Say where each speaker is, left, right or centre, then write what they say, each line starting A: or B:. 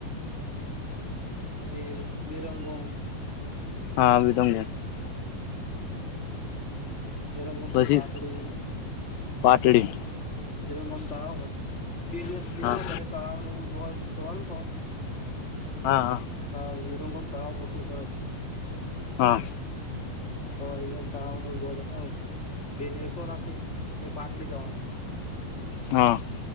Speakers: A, on the left (about 20°); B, on the left (about 80°).
A: પછી તિરંગો.
B: હા તમ‌‌.
A: હે રંગમથી
B: પછી
A: પાતડી‌.
B: પાટડી.
A: વિરંગમ તળાવ બે દિવસ વિરંગમ
B: હા
A: તળાવ ને એવું જોવાનું તો,
B: હા.
A: હા વિરંગામ તળાવ મોટું સરસ છે.
B: હા.
A: તો એ તળાવ ન બે દિવસ તો લાગશે પાતળી જવાનું.
B: હા.